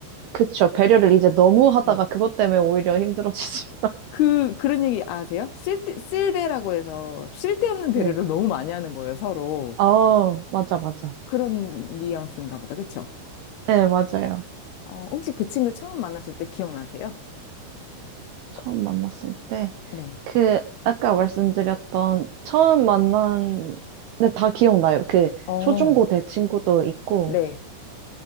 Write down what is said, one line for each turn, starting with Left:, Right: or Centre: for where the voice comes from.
Right: 그쵸 배려를 이제 너무 하다가
Left: 네.
Right: 그것 때문에 오히려 힘들어지지.
Left: 그, 그런 얘기 아세요? 쓸데, 쓸배라고 해서 쓸데없는 배려를
Right: <laughs> 네.
Left: 너무 많이 하는 거예요, 서로.
Right: 아 맞아 맞아.
Left: 그런 뉘앙스인가 보다, 그쵸?
Right: 네 맞아요.
Left: 어, 혹시 그 친구 처음 만났을 때 기억나세요?
Right: 처음
Left: 어,
Right: 만났을 때
Left: 네.
Right: 그 아까 말씀드렸던 처음 만난 근데 다 기억나요. 그
Left: 어,
Right: 초중고 대 친구도 있고
Left: 네.